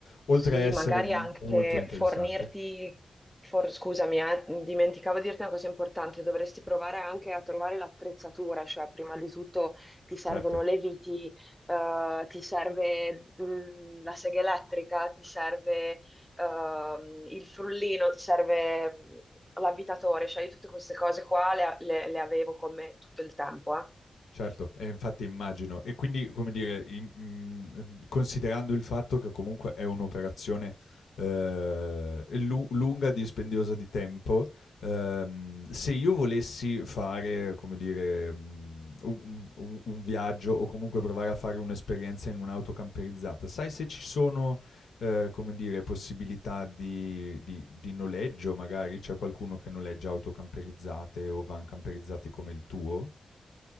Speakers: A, on the left; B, in the centre.
A: oltre
B: Sì,
A: a essere
B: magari anche
A: molto interessante.
B: fornirti, for- scusami, eh, dimenticavo di dirti una cosa importante, dovresti provare anche a trovare l'attrezzatura, cioè prima di tutto ti servono
A: Certo.
B: le viti, eh, ti serve mm, la sega elettrica, ti serve ehm, il frullino, ti serve mm, l'avvitatore, cioè io tutte queste cose qua le, le- le avevo con me tutto il tempo, eh.
A: Certo, e infatti immagino. E quindi, come dire, im- mhmm, considerando il fatto che comunque è un'operazione, ehm, lu lunga, dispendiosa di tempo, ehm, se io volessi fare, come dire, mhmm, u un u un viaggio o comunque provare a fare un'esperienza in un'auto camperizzata, sai se ci sono, ehm, come dire, possibilità di di di noleggio magari? C'è qualcuno che noleggia auto camperizzate o van camperizzati come il tuo?